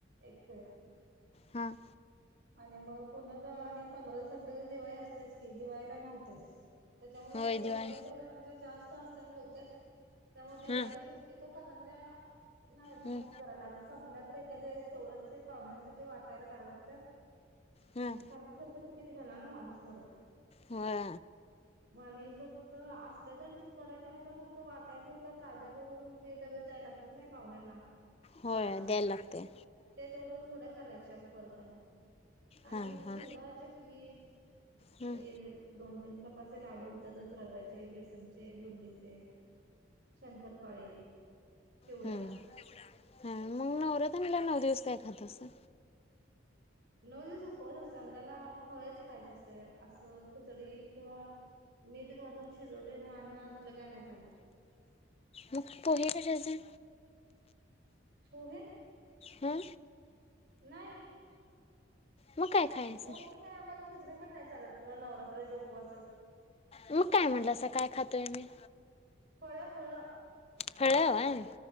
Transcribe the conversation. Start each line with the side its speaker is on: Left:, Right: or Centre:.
Right: एक फेर
Left: हां.
Right: आणि म पुन्हा ज आणि पंधरा दिवसात लगेच दिवाळी असतेच की दिवाळीला नव्हतीस. त्याच्यामुळ
Left: होय
Right: करंजा
Left: दिवाळी
Right: तेवढ्या आमच्या जास्त आ स होतात. त्यामुळे दिवाळीला
Left: हा
Right: शक्यतो करंज्या नाही
Left: हम्म
Right: नाहीत करायला लागत संपल्या तर एखाद वेळेस तेवढंच ते पाहुण्यांसाठी वाटायला कराय लागत्यात.
Left: हम्म
Right: आणि सारखं सारखं तर किती करणार ना माणूस घरात
Left: होय
Right: म्हणि फक्त असल्या तर ठीक करायच्या नाही तर फक्त वाटाय पुरता ताज्या करून ते डबे द्याय लागतात नाही पाहुण्यांना
Left: होय
Right: फराळाचे.
Left: द्यायला लागतंय
Right: ते तेवढं थोड्या करायच्या मग परत आणि. आणि
Left: हा हा
Right: चिवडा चकली हे
Left: हम्म
Right: दोन तीन प्रकारचे लाडू होत्यातच रव्याचे, बेसनचे, बुंदीचे. शंकरपाळी चिव
Left: हम्म हा मग नवरातीला नऊ दिवस काय खातसा?
Right: नऊ दिवस उपवास असते त्याला फळेच खायचं असतय आसं खिचडी किंवा मीठ घालून शिजवलेले अन्न असलना का झाल.
Left: मग पोहे कशाचे?
Right: पोहे
Left: हा
Right: नाही.
Left: मग काय खायचं
Right: पोहे काय आम्हाला खिचडी पण नाही चालत नवरात्राच्या उपवासात.
Left: मग काय म्हटलासा काय खातोय मी.
Right: फळ फळ
Left: फळ आण.